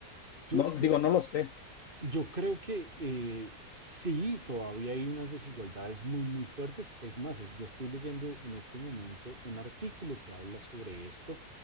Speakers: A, on the right (about 30°); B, on the left (about 65°).
A: Yo,
B: No, digo,
A: yo,
B: no lo sé.
A: Yo creo que eh, sí, todavía hay unas desigualdades muy, muy fuertes. Es más, es- yo estoy leyendo en este momento un artículo que habla sobre esto.